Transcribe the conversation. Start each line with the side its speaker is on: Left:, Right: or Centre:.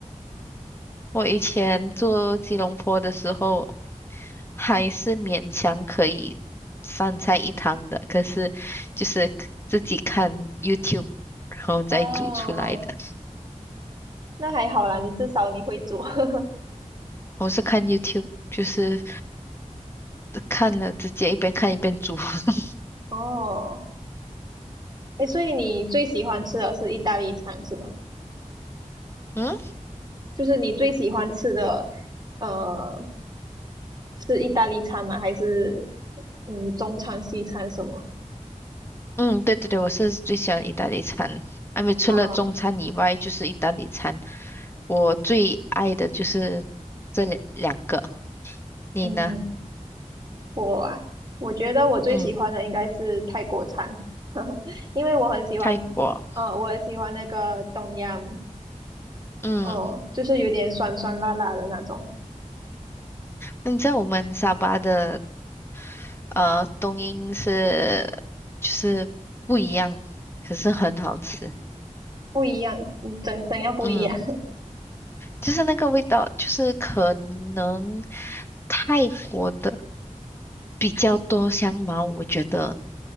Left: 我以前做吉隆坡的时候，还是勉强可以三菜一汤的，可是就是自己看 YouTube，然后再煮出来的。
Right: 哦哦，哦那还好啦，你至少你会做。<laughs>
Left: 我是看 YouTube，就是看了直接一边看一边煮。<laughs>
Right: 哦，哎，所以你最喜欢吃的是意大利餐是吗？
Left: 嗯。
Right: 就是你最喜欢吃的，呃，是意大利餐吗？还是嗯中餐、西餐什么？
Left: 嗯，对对对，我是最喜欢意大利餐，因为除了中餐以外，
Right: 哦，
Left: 就是意大利餐。我最爱的就是这两两个，你呢？
Right: 嗯，我啊，我觉得我最喜欢的应该是泰国餐，
Left: 嗯，
Right: <laughs> 因为我很喜欢，
Left: 泰国，
Right: 呃，我很喜欢那个东洋，
Left: 嗯，
Right: 哦，就是有点酸酸辣辣的那种，
Left: 那你知道我们沙巴的呃冬阴是就是不一样，可是很好吃。
Right: 不一样，嗯怎怎样不一样？
Left: 嗯，就是那个味道，就是可能泰国的比较多香茅，我觉得。